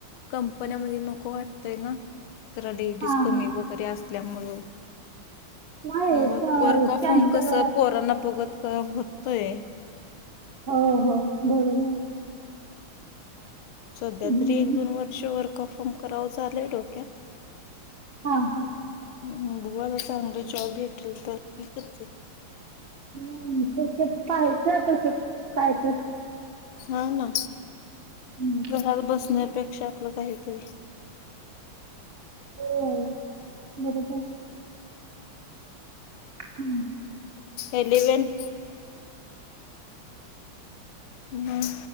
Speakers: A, on the left; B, on the right.
A: कंपन्यामध्ये नको वाटतय ना. जरा लेडीज
B: हा
A: कमी
B: हा
A: वगैरे असल्यामुळं
B: नाही
A: मग वर्क ऑफ
B: कॅम्प्युटर
A: होम कसं पोरांना बघत काय होतय
B: हो हो बरोबर.
A: सध्या
B: हम्म
A: तरी एक दोन वर्ष वर्कऑफ होम करावं चालूय डोक्यात
B: हा हा.
A: ह बघुया ना चांगली जॉब भेटले तर होते.
B: हम्म ठीक आहे पाहायचं तसं काय तर?
A: हा ना.
B: हम्म,
A: घरात बसण्यापेक्षा आपलं काहीतरी
B: होय बरोबर हम्म.
A: एलिवेन मं.